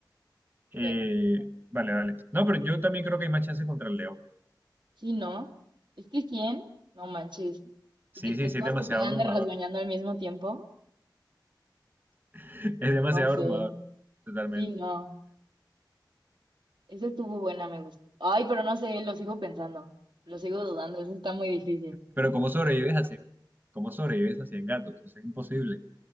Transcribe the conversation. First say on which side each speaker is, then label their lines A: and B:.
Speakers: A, on the right; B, on the right.
A: eh,
B: Que,
A: vale, vale. No, pero yo también creo que hay más chance contra el león.
B: sí, ¿no? Es que 100, no manches.
A: Sí,
B: Y que te-
A: sí, sí,
B: todos
A: es demasiado
B: te tengan
A: abrumador.
B: de rasguñando al mismo tiempo,
A: <laughs> Es demasiado
B: no sé.
A: abrumador, totalmente.
B: Sí, no. Esa estuvo buena, me gustó. Ay, pero no sé, lo sigo pensando. Lo sigo dudando, eso está muy difícil.
A: Pero ¿cómo sobrevives a 100? ¿Cómo sobrevives a 100 gatos? Es imposible.